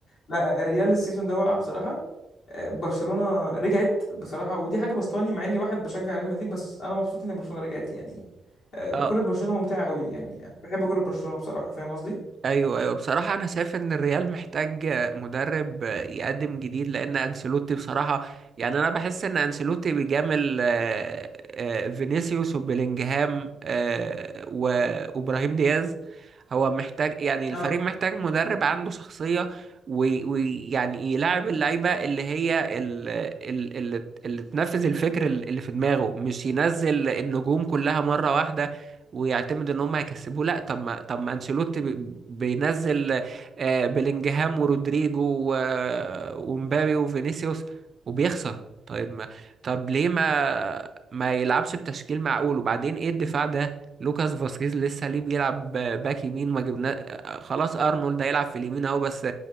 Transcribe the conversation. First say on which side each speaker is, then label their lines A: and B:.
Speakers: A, on the left; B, on the right.
A: لا الريال السيزون ده وقع بصراحة آه، برشلونة رجعت بصراحة ودي حاجة بسطاني مع اني واحد بشجع ريال مدريد بس انا مبسوط ان برشلونة رجعت يعني آه،
B: آه،
A: كرة برشلونة ممتعة قوي يعني أنا بحب كرة برشلونة بصراحة فاهم قصدي
B: ايوه ايوه بصراحه انا شايف ان الريال محتاج مدرب يقدم جديد لان انسيلوتي بصراحه يعني انا بحس ان انسيلوتي بيجامل آه، آه، فينيسيوس وبيلينجهام آه، و- وابراهيم دياز هو محتاج يعني الفريق
A: اه
B: محتاج مدرب عنده شخصيه ويعني يلاعب اللعيبه اللي هي ال- ال- اللي اللي تنفذ الفكر اللي في دماغه مش ينزل النجوم كلها مره واحده ويعتمد ان هم هيكسبوه لا طب ما طب ما انشيلوتي بي- بينزل آه، بيلينجهام ورودريجو و- ومبابي وفينيسيوس وبيخسر طيب ما طب ليه ما ما يلعبش بتشكيل معقول وبعدين ايه الدفاع ده لوكاس فاسكيز لسه ليه بيلعب باك يمين ما جبنا آه، خلاص ارنولد هيلعب في اليمين اهو بس